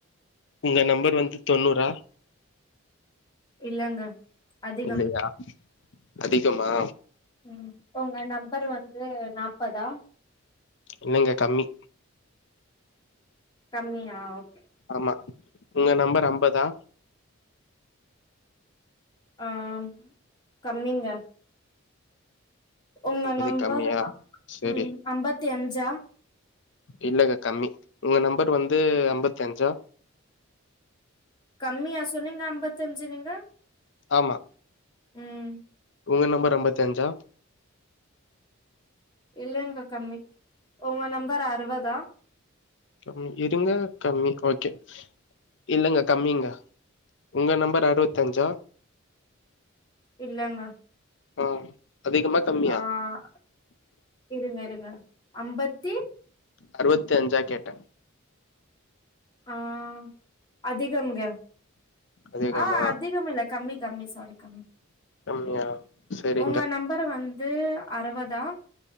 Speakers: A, on the left (about 55°); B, on the left (about 20°).
A: உங்க நம்பர் வந்து தொண்ணூறா
B: இல்லங்க அதிகம்
A: இல்லையா அதிகமா
B: ம் உங்க நம்பர் வந்து நாப்பதா
A: இல்லங்க கம்மி
B: கம்மியா ஓகே
A: ஆமா உங்க நம்பர் அம்பதா
B: ஆஹ் கம்மிங்க உங்க
A: அம்பது
B: நம்பர்
A: கம்மியா செரி
B: ம் அம்பத்தி அஞ்சா
A: இல்லங்க கம்மி உங்க நம்பர் வந்து அம்பத்தி அஞ்சா
B: கம்மியா சொன்னீங்க அம்பத்தஞ்சு நீங்க
A: ஆமா
B: ம்
A: உங்க நம்பர் அம்பத்தஞ்சா
B: இல்லங்க கம்மி உங்க நம்பர் அறுவதா
A: கம்மி இருங்க கம்மி ஓகே இல்லங்க கம்மிங்க உங்க நம்பர் அறுவத்தஞ்சா
B: இல்லங்க
A: ஆ அதிகமா கம்மியா
B: ஆஹ் இருங்க இருங்க அம்பத்தி
A: அறுவத்தி அஞ்சா கேட்ட
B: ஆஹ் அதிகம்ங்க
A: அதிகமா
B: ஆ அதிகம் இல்ல கம்மி கம்மி சாரி கம்மி
A: அப்டியா சரி
B: உங்க நம்பர் வந் து அறுவதா